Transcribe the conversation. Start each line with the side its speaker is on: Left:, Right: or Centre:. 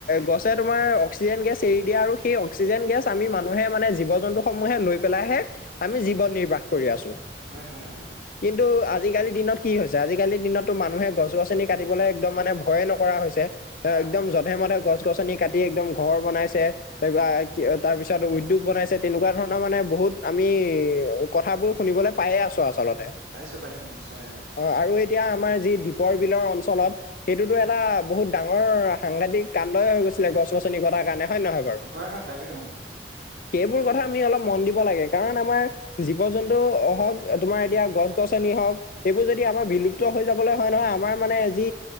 Left: গছে তোমাৰ অক্সিজেন গেছ এৰি দিয়ে আৰু সেই অক্সিজেন গেছ আমি মানুহে মানে জীৱ- জন্তু সমূহে লৈ পেলাইহে, আমি জীৱন নিৰ্বাহ কৰি আছো।
Right: হয়, হয়, অ'।
Left: কিন্তু, আজিকালি দিনত কি হৈছে? আজিকালি দিনতটো মানুহে গছ- গছনি কাটিবলে একদম মানে ভয়ে নকৰা হৈছে। এ,
Right: হয়,
Left: একদম
Right: হয়,
Left: যধে- মধে গছ- গছনি কাটি একদম ঘৰ বনাইছে এইবা
Right: উম,
Left: কিঅ তাৰপিছত উদ্যোগ বনাইছে, তেনেকুৱা ধৰণৰ মানে বহুত আমি কথাবোৰ শুনিবলৈ পায়ে আছোঁ আচলতে।
Right: পাইছো পাইছো নিশ্চয় অঁ।
Left: আৰু এতিয়া, আমাৰ যি দ্বীপৰ বিলৰ অঞ্চলত সেইটোতো এটা বহুত ডাঙৰ সাংঘাতিক কাণ্ডই হৈ গৈছিলে, গছ- গছনি কটা কাৰণে। হয়ন নহয় বাৰু?
Right: হয়, হয়, তাকে অ',
Left: সেইবোৰ কথা আমি অলপ মন দিব লাগে, কাৰণ আমাৰ জীৱ- জন্তু হওঁক, তোমাৰ এতিয়া গছ- গছনি হওঁক। সেইবোৰ যদি আমাৰ বিলুপ্ত হৈ যাবলে হয় নহয়, আমাৰ মানে যি